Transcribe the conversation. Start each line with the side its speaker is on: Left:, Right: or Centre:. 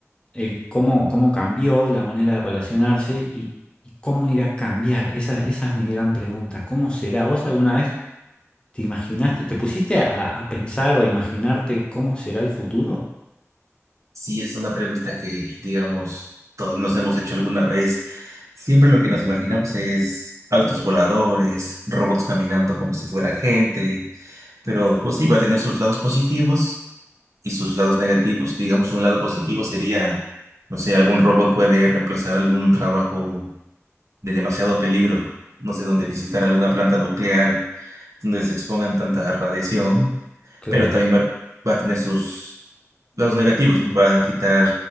Left: eh, cómo, cómo cambió la manera de relacionarse y, y cómo irá a cambiar. Esa, esa es mi gran pregunta. ¿Cómo será? ¿Vos alguna vez te imaginaste, te pusiste a, a pensar o imaginarte cómo será el futuro?
Right: Sí, es una pregunta que, digamos, todos nos hemos hecho alguna vez. Siempre lo que nos imaginamos es autos voladores, robots caminando como si fuera gente, pero pues sí, va a tener sus lados positivos y sus lados negativos. Digamos, un lado positivo sería, no sé, algún robot puede reemplazar algún trabajo de demasiado peligro, no sé, donde visitar alguna planta nuclear, donde se expongan tanta radiación,
Left: Claro.
Right: pero también va, va a tener sus los negativos, ¿no? Va a quitar